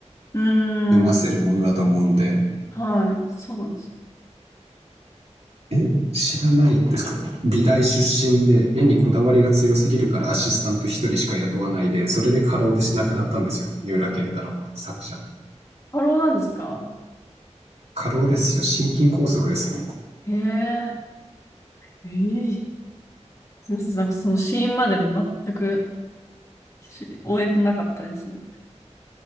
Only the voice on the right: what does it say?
読ませるものだと思うんで、
え、知らないですか美大出身で絵にこだわりが強すぎるからアシスタント一人しか雇わないで、それで過労で亡くなったんですよ。三浦健太郎は作者の。
過労ですよ。心筋梗塞ですよ。